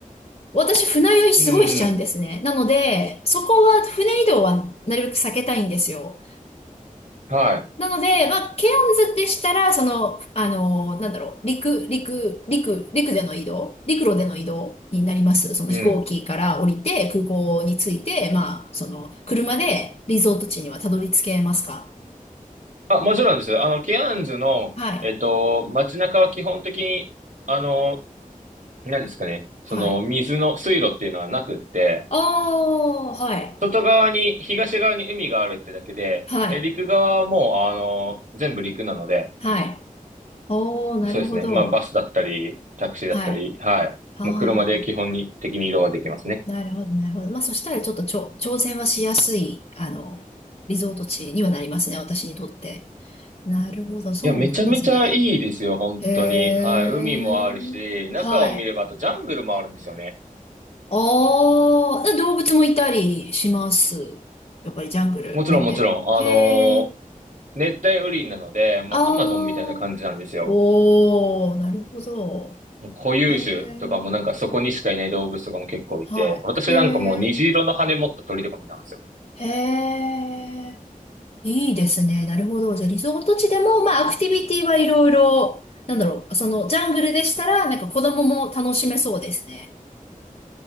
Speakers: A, on the left; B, on the right.
A: 私船酔いすごいしちゃうんですね。
B: うん、うん。
A: なので、そこは船移動はなるべく避けたいんですよ。
B: は
A: なので、まあ、ケオンズでしたら、その、あの、なんだろう、陸、陸、陸、陸での移動、陸路での移動になります。その飛行機から降りて、
B: い。うん。
A: 空港に着いて、まあ、その、車でリゾート地にはたどり着けますか
B: あ、もちろんです。あの、ケアンズの、
A: はい。
B: えっと、街中は基本的に、あの、何ですかね。その、
A: はい。
B: 水の水路っていうのはなくって、
A: あー、はい。
B: 外側に、東側に海があるってだけで、
A: はい。
B: え、陸側はもう、あの、全部陸なので、
A: はい。おー、なるほど。
B: そうですね。まあ、バスだったり、タクシーだったり、
A: はい。
B: はい。
A: あ
B: もう車で基本に的に移動はできますね。
A: ー、なるほど、なるほど。まあ、そしたらちょっとちょ、挑戦はしやすい、あの、リゾート地にはなりますね、私にとって。なるほど、そうなんですね。
B: いや、めちゃめちゃいいですよ、本当に。
A: へえ。
B: はい。海もあるし、中を見れば、
A: はい。
B: あとジャングルもあるんですよね。
A: ああ、で動物もいたりします。やっぱりジャングルなんで。
B: もちろん、もちろん。
A: へえ。
B: あのー熱帯雨林なので、もうアマゾンみたいな感じなんですよ。
A: ああ。おー、なるほど。
B: もう固有種とかもなんかそこにしかいない動物とかも結構いて、
A: へえ。はい。
B: 私なんかもう虹色の羽持った鳥とか見たんですよ
A: へえ。へえ。いいですね。なるほど。じゃあ、リゾート地でも、まあ、アクティビティはいろいろ、なんだろう、その、ジャングルでしたら、なんか子供も楽しめそうですね。